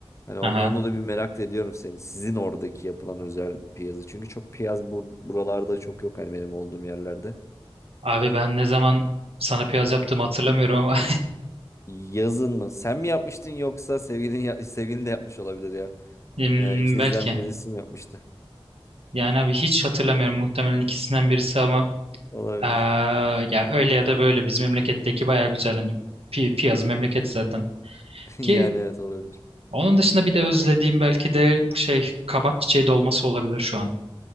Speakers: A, on the left (about 30°); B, on the right (about 80°).
A: Hani ondan
B: Aha.
A: dolayı bir merak da ediyorum seni. Sizin oradaki yapılan özel piyazı. Çünkü çok piyaz bur- buralarda çok yok hani benim olduğum yerlerde.
B: Abi ben ne zaman sana piyaz yaptığımı hatırlamıyorum ama
A: Yazın mı? Sen mi yapmıştın yoksa sevgilin ya- sevgilin de yapmış olabilir ya.
B: <laughs> em,
A: Eee, ikinizden
B: belki.
A: birisi mi yapmıştı?
B: Yani abi hiç hatırlamıyorum muhtemelen ikisinden birisi ama
A: Olabilir.
B: eee, ya öyle ya da böyle bizim memleketteki bayağı güzel hani pi piyazı memleket zaten.
A: <laughs> Yani
B: Ki
A: evet olabilir.
B: onun dışında bir de özlediğim belki de şey kabak çiçeği dolması olabilir şu an.